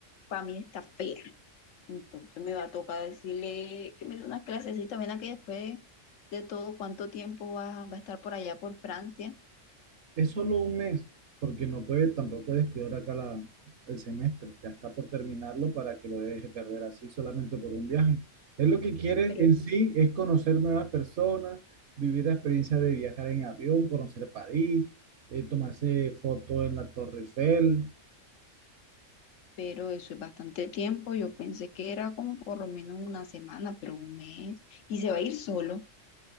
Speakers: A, on the left (about 80°); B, on the right (about 65°).
A: para mí está fea. Entonces me va a tocar decirle que me dé unas clasecitas, ven aquí después de todo cuánto tiempo va, va a estar por allá por Francia,
B: Es solo un mes, porque no puede tampoco descuidar acá la, el semestre. Ya está por terminarlo para que lo deje perder así solamente por un viaje. Él lo que quiere
A: pero,
B: en sí es conocer nuevas personas, vivir la experiencia de viajar en avión, conocer París, eh, tomarse foto en la Torre Eiffel.
A: pero eso es bastante tiempo, yo pensé que era como por lo menos una semana, pero un mes y se va a ir solo.